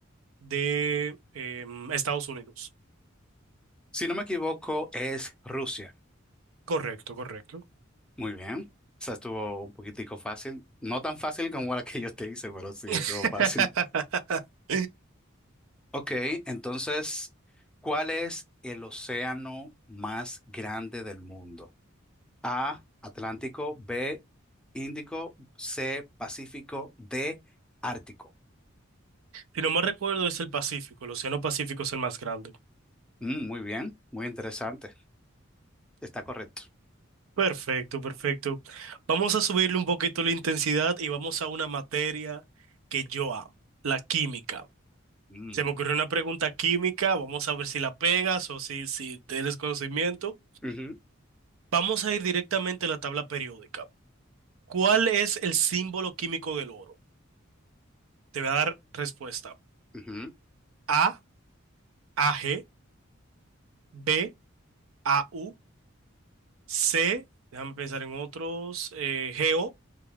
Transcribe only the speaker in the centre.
Si no me equivoco, es Rusia.
Muy bien. esa estuvo un poquitico fácil. No tan fácil como la que yo te hice, pero sí estuvo
fácil. Ok, entonces, ¿cuál es el océano más grande del mundo? A, Atlántico, B, Índico, C, Pacífico, D, Ártico.
Mm, muy bien, muy interesante. Está correcto.
Mm,
ujú,
ujú.